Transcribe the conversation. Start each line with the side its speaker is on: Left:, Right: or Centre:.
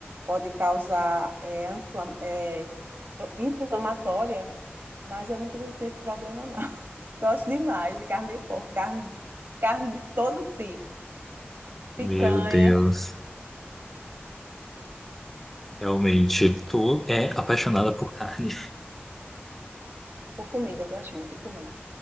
Right: pode causar é, anti-inflamatória Mas eu nunca tive problema, não. <laughs> Gosto demais de carne de porco, carne, carne de todo tipo.
Centre: Meu
Right: Picanha,
Centre: Deus. Realmente, tu é apaixonada por carne.
Right: por comida, eu gosto muito de comer.